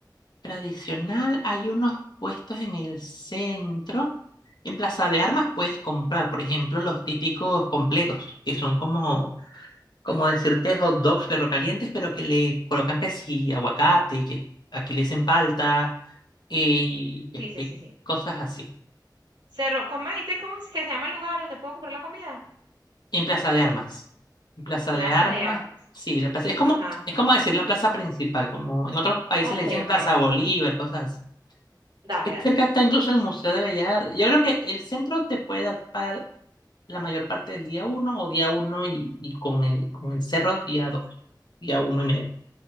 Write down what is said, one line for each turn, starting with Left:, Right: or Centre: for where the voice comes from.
Left: tradicional, hay unos puestos en el centro. En Plaza de Armas puedes comprar, por ejemplo, los típicos completos, que son como como decirte hot dogs perro calientes, pero que le colocan que sí, aguacate, que aquí le dicen palta, y este,
Right: Sí, sí, sí, sí.
Left: cosas así.
Right: Cerro, ¿cómo me dijiste cómo es que se llama el lugar donde puedo comprar la comida?
Left: En Plaza de Armas. En Plaza
Right: Plaza
Left: de Armas,
Right: de Armas.
Left: sí, la plaza, es como,
Right: Ajá.
Left: es como decir la plaza principal, como en otros países
Right: Ok,
Left: le dicen Plaza
Right: ok, ok.
Left: Bolívar, cosas así.
Right: Dale,
Left: Ahí Cerca
Right: dale, dale.
Left: está incluso el Museo de Bellas Artes. Yo creo que el centro te puede dar para la mayor parte del día uno o día uno y, y con el, con el cerro día dos, día uno y medio.